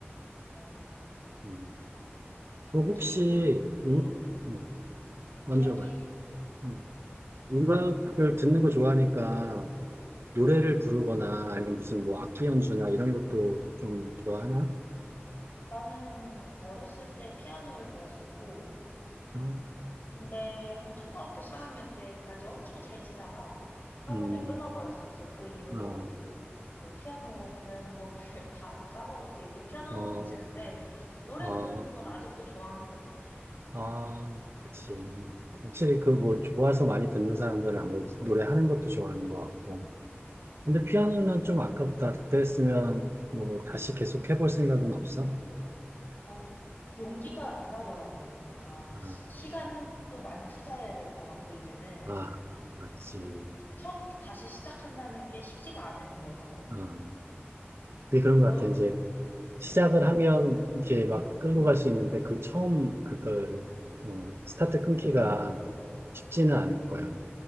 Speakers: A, on the left (about 50°); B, on the right (about 70°).
A: 어,
B: 음. 그 혹시
A: 혹시 음,
B: 음,
A: 음,
B: 음, 먼저
A: 이야기해.
B: 봐요. 음. 음악을 듣는 거 좋아하니까 노래를 부르거나 아니면 무슨 뭐 악기 연주나 이런 것도 좀 좋아하나?
A: 나는 어렸을 때 피아노를 배웠었고,
B: 아,
A: 근데 한 초등학교 4학년 때까지 엄청 잘 치다가 학원을
B: 음,
A: 끊어버렸어. 그래서 그 이후로
B: 아,
A: 이제 피아노 배우는 법을 <laughs> 다 까먹어서 이제 피아노는
B: 어,
A: 못 치는데 노래
B: 아,
A: 부르는 건 아직도 좋아하는 것 같아.
B: 아, 그치. 확실히 그 뭐 좋아서 많이 듣는 사람들은 아무래도 노래하는 것도 좋아하는 것 같고.
A: 그러니까
B: 근데 피아노는 좀 아깝다. 그때 했으면 뭐 다시 계속 해볼 생각은 없어?
A: 어, 용기가 안 나더라고. 뭔가
B: 아,
A: 시간도 많이 투자해야 될 것 같고, 이제는
B: 아, 맞지.
A: 그 처음부터 다시 시작한다는 게 쉽지가 않은 일이었던 것 같아.
B: 아. 그게 그런 것
A: 너,
B: 같아. 이제
A: 음,
B: 시작을 하면 이렇게 막 끌고 갈 수 있는데 그 처음 그걸 어, 스타트 끊기가 쉽지는 않을 거야.